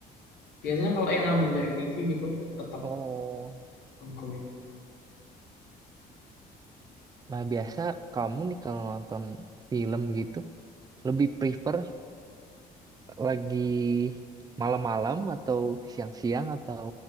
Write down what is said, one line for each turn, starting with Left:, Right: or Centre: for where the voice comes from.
Left: Biasanya kalau yang ngambil dari TV gitu tetap
Right: Oh,
Left: ongoing.
Right: nah biasa kamu nih kalau nonton film gitu lebih prefer lagi malam-malam atau siang-siang atau